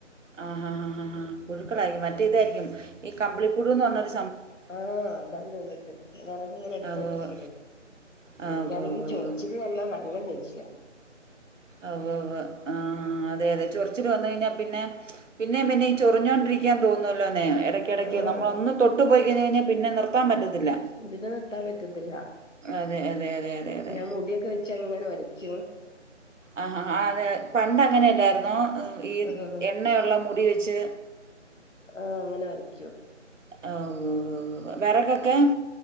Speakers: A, on the right (about 75°); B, on the left (about 75°).
A: ആഹ് ഹാ ഹാ ഹാ ഹാ പുഴുക്കളായിരിക്കും മറ്റേ ഇതായിരിക്കും ഈ കമ്പിളിപ്പുഴു എന്ന് പർഞ്ഞൊരു
B: ആഹ് അതാന്ന് തോന്ന്ണ്ട് വെറക്ങ്ങനെ എട്ത്ത്
A: ആ ഉവ്വ്
B: വെച്ചപ്പഴേ
A: ഉവ്വ്. ആ
B: ഇനിക്കാണെങ്കി
A: ഉവ്വ് ഉവ്വ്
B: ചൊറിച്ചില്
A: ഉവ്വ് ഉവ്വ്.
B: വന്നാ ഭയങ്കര ദേഷ്യാ
A: അവ്വ് അവ്വ് ആഹ് അതെ അതെ ചൊ ർച്ചില് വന്ന് കഴിഞ്ഞാ പിന്നെ പിന്നേം പിന്നേം ഈ ചൊറിഞ്ഞോണ്ടിരിക്കാൻ തോന്നല്ലോന്നേ എടയ്ക്കിടയ്ക്ക്
B: ആഹ്
A: നമ്മളൊന്ന് തൊട്ട് പോയി കഴിഞ്ഞഴിഞ്ഞാ പിന്നെ പിന്നെ നിർത്താൻ പറ്റത്തില്ല
B: പിന്നെ നിർത്താൻ പറ്റത്തില്ല
A: അതെ അതെ അതെ അതെ അതെ
B: ഞാൻ മുടിയൊക്കെ വെച്ചങ്ങനെ ഒരക്കും
A: ആഹ് ഹാ ഹാ അതെ പണ്ട് അങ്ങനെല്ലായ്രുന്നോ ഈ
B: ആഹ്
A: എണ്ണയുള്ള മുടി വെച്ച്
B: ആഹ് അങ്ങനൊരയ്ക്കും
A: ആഹ് ഉവ്വ് ഉവ്വ് ഉവ്വ് വെറകൊക്കെ